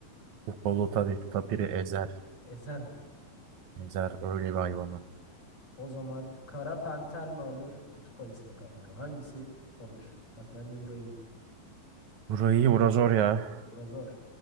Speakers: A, on the right; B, on the left.
A: Kupolu tabii tapiri ezer.
B: Ezer mi?
A: Ezer öyle bir hayvanı.
B: O zaman Kara Panter mi alır, Kutup Ayısı mı kanka? Hangisi alır? Bak bence burayı
A: Burayı bura zor ya.
B: Bura zor.